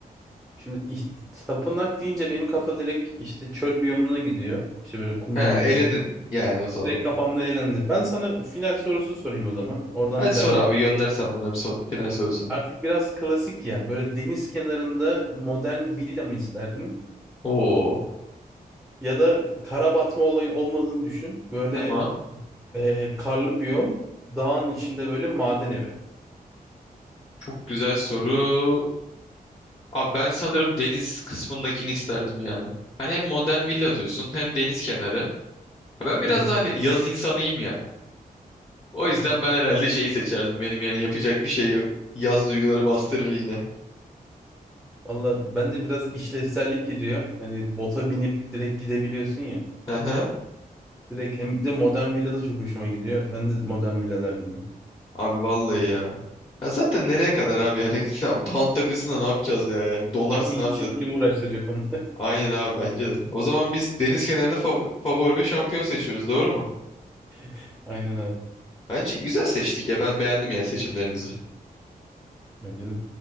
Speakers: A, in the centre; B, on the left (about 30°).
A: Şimdi iht- tapınak deyince benim kafa direkt işte çöl biyomuna gidiyor. İşte böyle kumlu
B: He eledin
A: mumlu.
B: yani o zaman.
A: Direkt kafamda elendi. Ben sana final sorusu sorayım o zaman. Oradan
B: Hadi
A: bir tercih
B: sor abi
A: yap.
B: göndersen bana bir son, final sorusunu.
A: Artık biraz klasik ya. Böyle deniz kenarında modern villa mı isterdin?
B: Oo
A: Ya da kara batma olayı olmadığını düşün. Böyle
B: tamam.
A: Ee, karlı biyom, dağın içinde böyle maden evi.
B: Çok güzel soru. Abi ben sanırım deniz kısmındakini isterdim ya. Hani hem modern villa diyorsun hem deniz kenarı. Ben biraz
A: Hı hı.
B: da hani yaz insanıyım ya. O yüzden
A: <laughs>
B: ben herhalde şeyi seçerdim. Benim yani yapacak bir şey yok. Yaz duyguları bastırır yine.
A: Valla ben de biraz işlevsellik giriyor. Hani bota binip direkt gidebiliyorsun ya.
B: Hı hı.
A: Direkt hem bir de modern villa da çok hoşuma gidiyor. Ben de modern villa derdim ya.
B: Abi vallahi ya. Ya zaten nereye kadar abi yani <laughs> Tamam, dağın tepesinde ne yapacağız ya yani donarsın
A: Ya in
B: abi
A: çık
B: zaten.
A: kim uğraştıracak onu?
B: Aynen abi bence de. O zaman biz deniz kenarında fav- favori ve şampiyon seçiyoruz doğru mu?
A: <laughs> Aynen abi.
B: Bence güzel seçtik ya ben beğendim ya seçimlerimizi.
A: Bence de.